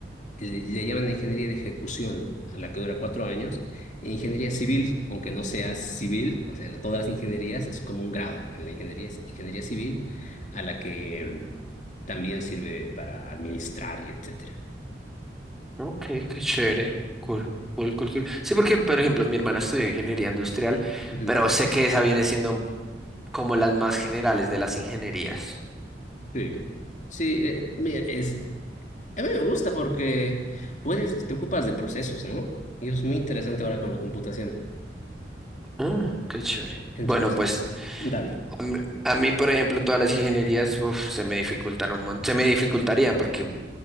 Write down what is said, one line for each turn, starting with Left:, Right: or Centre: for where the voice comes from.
Left: eh, le llaman ingeniería de ejecución, a la que dura cuatro años, e ingeniería civil, aunque no sea civil, o sea, la- todas las ingenierías es como un grado en la ingeniería, ingeniería civil, a la que mm, también sirve para administrar y etcétera.
Centre: Ok, qué chévere. Cool, cool, cool, cool. Sí, porque, por ejemplo, mi hermana estudió ingeniería industrial,
Left: Ujú,
Centre: pero sé que esa viene siendo como las más generales de las ingenierías.
Left: Sí, sí, eh, mira, es, a mí me gusta porque puedes, te ocupas de procesos, ¿no? Y es muy interesante ahora con la computación.
Centre: Ah, qué chévere.
Left: Entre
Centre: Bueno,
Left: los...
Centre: pues
Left: Dale.
Centre: a mí, a mí, por ejemplo, todas las ingenierías, uf, se me dificultaron un mon- se me dificultarían porque